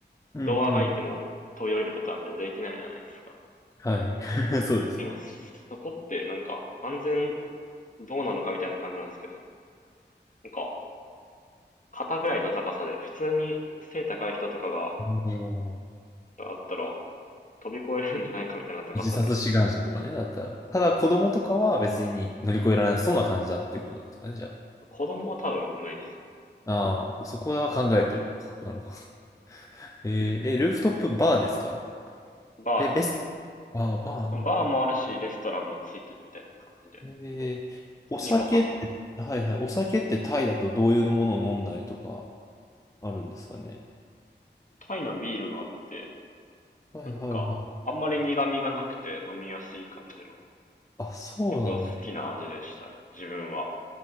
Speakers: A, on the left; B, on the left.
A: うん、
B: どうあがいても飛び降りることなんてできないじゃないですか。
A: うん。はい。<laughs> そうですね。
B: でも、そこってなんか安全どうなのかみたいな感じなんですけど、なんか肩ぐらいの高さで、普通に背高い人とかが
A: あの
B: あったら飛び越えるんじゃないかみたいな高さで、
A: 自殺志願者とかね、だったら。ただ子供とかは別に乗り越えられなそうな感じだっていうことですかね、じゃ
B: 子供は多分無理です。
A: あ。ああ、そこは考えてるのか。なるほど。えー、え、ルーフトップバーですか
B: バーですね。
A: レ、レスト、ああ、バーな。
B: バーもあるし、レストランもついてるみたいな感じで、
A: えー、
B: 普通にご飯も。
A: お酒って、はいはい、お酒ってタイだとどういうものを飲んだりとかあるんですかね。
B: タイのビールがあって、
A: はいはいはい。
B: なんか、あんまり苦味がなくて飲みやすい感じの、
A: あ、そうなんだ。
B: 結構好きな味でしたね、自分は。